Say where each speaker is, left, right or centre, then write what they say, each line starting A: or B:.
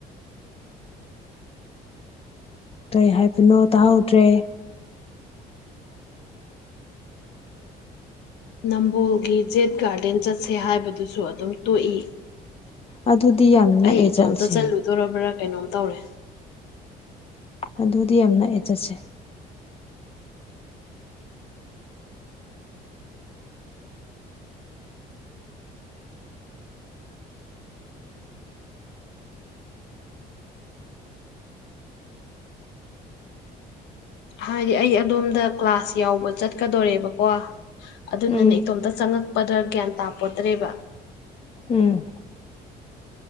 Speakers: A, on the left; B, on the left.
A: ꯀꯩ ꯍꯥꯏꯕꯅꯣ ꯇꯥꯍꯧꯗ꯭ꯔꯦ
B: ꯅꯝꯕꯣꯜꯒꯤ ꯖꯦꯠ ꯒꯥꯔꯗꯦꯟ ꯆꯠꯁꯦ ꯍꯥꯏꯕꯗꯨꯁꯨ ꯑꯗꯨꯝ ꯇꯣꯛꯏ
A: <inaudible> ꯑꯗꯨꯗꯤ ꯌꯥꯝ ꯅꯛꯑꯦ
B: ꯑꯩ ꯏꯇꯣꯝꯇ
A: ꯆꯠꯁꯦ
B: ꯆꯠꯂꯨꯗꯣꯔꯕ꯭ꯔꯥ ꯀꯩꯅꯣꯝ ꯇꯧꯔꯦ
A: ꯑꯗꯨꯗꯤ ꯌꯥꯝ ꯅꯛꯑꯦ ꯆꯠꯁꯦ
B: ꯍꯥꯏꯗꯤ ꯑꯩ ꯑꯗꯣꯝꯗ ꯀ꯭ꯂꯥꯁ ꯌꯥꯎꯕ ꯆꯠꯀꯗꯣꯔꯦꯕꯀꯣ ꯑꯗꯨꯅꯅꯦ
A: ꯎꯝ
B: ꯏꯇꯣꯝꯇ ꯆꯪꯉꯛꯄꯗ ꯒ꯭ꯌꯥꯟ ꯇꯥꯄꯣꯠꯇ꯭ꯔꯦꯕ
A: ꯎꯝ